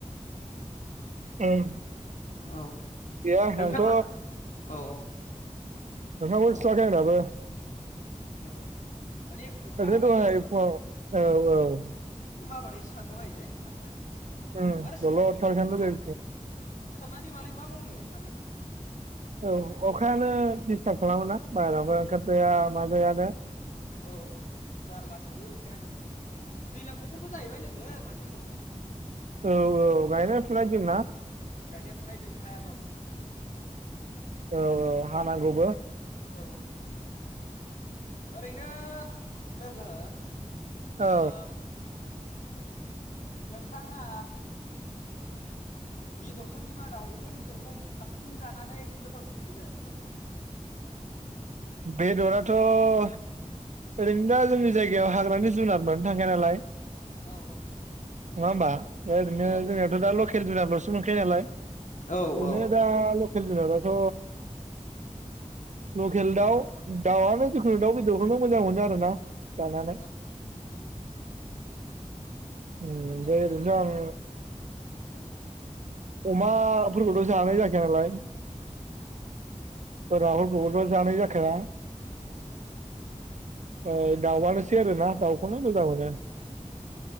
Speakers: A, on the right (about 70°); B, on the left (about 75°).
A: उम
B: औ
A: गैया
B: नोंथाङा
A: आंथ'
B: औ
A: मोखांखौनो सुवाखै आं दाबो
B: औ माने अखा
A: ओरैनो
B: हाबायना
A: दहाय फुंङाव औ औ।
B: अखा हाबाथाय सिखारनो बायोलै थाबनो।
A: उम
B: आरो <inaudible>
A: दलर थाबाय थानो लुगैयो
B: सिखारनानै मालाय मा मावनो सानो।
A: औ अखायानो दिडिस्टार्ब खालामोना बाहेरायावबो ओंखारजाया माजाया नो।
B: औ जारलासो बे अखायानो दैज्लां बोथोर बो जाहैबाय लोगो माथो होनबावनो।
A: औ औ गायनाय फुनाय दिनना
B: गायनाय फुनाय दिन हायाब
A: औ औ हानांगौबो।
B: औ ओरैनो लोगो
A: औ
B: ओ नोंथाङा बेदरफोरनि मादाव अबे बेदरखौ साबसिन जानानै गोथावसिन मोनो लोगो।
A: बेदराथ' ओरैनो दा जोंनि जायगायाव हाग्रानि जुनार मोननो थांखाया नालाय।
B: औ
A: नङा होमबा ओरैनो
B: औ
A: जोंनियावथ' दा लकेल जुनारल'सो मोनखायो नालाय।
B: औ
A: ओरैनो दा लकेल जुनाराथ' बेल दाउ दाउआनो जिखुनु दाउ बेदरखौनो मोजां मोनो आरोना। जानानै
B: औ औ
A: ओम
B: ओरैनो
A: दे बेनो आं
B: औ
A: अमाफोरखौथ'जानाय जाखाया नालाय
B: अ
A: राहुल <unintelligible> जानाय जाखाया।
B: औ औ
A: औ दाउआनोसै आरोना दाउखौनो मोजां मोनो।